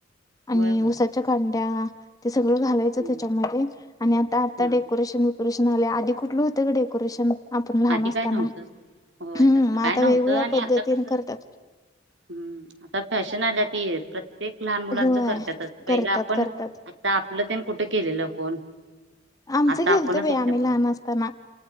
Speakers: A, on the left; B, on the right.
A: आणि
B: होय होय
A: उसाच्या कांड्या, ते सगळं घालायचं
B: हम्म
A: त्याच्यामध्ये आणि आता आता
B: हा हा.
A: डेकोरेशन वरेश, आधी कुठलं होतं ग डेकोरेशन? आपण लहान
B: आधी
A: असताना
B: काय नव्हतं होय
A: हम्
B: तसलं
A: मग आता
B: काय नव्हतं
A: वेगवेगळ्या
B: आणि
A: पद्धतीने
B: आता कसं
A: करतात.
B: हम्म आता फॅशन आल्या त येत. प्रत्येक लहान मुलांचं
A: होय
B: करतातच पहिलं
A: करतात
B: आपण
A: करतात
B: आता आपलं ते कुठं केलेलं कोण?
A: आमचं
B: आता
A: घेलत
B: आपणच
A: भ
B: आपल्या
A: आम्ही
B: मुलां
A: लहान असताना